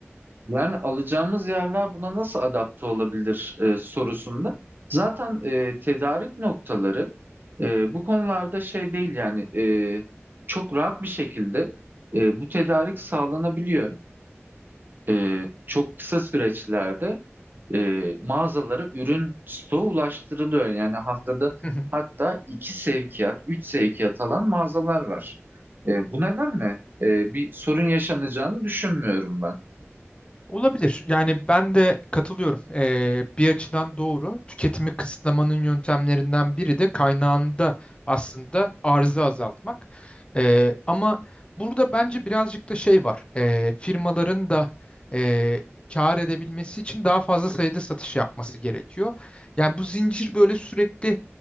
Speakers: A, on the right (about 45°); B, on the left (about 25°).
A: Yani alacağımız yerler buna nasıl adapte olabilir e, sorusunda. Zaten e, tedarik noktaları e, bu konularda şey değil yani e, çok rahat bir şekilde e, bu tedarik sağlanabiliyor. E, çok kısa süreçlerde e, mağazalara ürün stoğu ulaştırılıyor. Yani haftada
B: <laughs>
A: hatta iki sevkiyat, üç sevkiyat alan mağazalar var. E, bu nedenle e, bir sorun yaşanacağını düşünmüyorum
B: Olabilir. Yani ben de katılıyorum. Ee, bir açıdan doğru. Tüketimi kısıtlamanın yöntemlerinden biri de kaynağında aslında arzı azaltmak. Ee, ama burada bence birazcık da şey var. Ee, firmaların da e, kâr edebilmesi için daha fazla sayıda satış yapması gerekiyor. Yani bu zincir böyle sürekli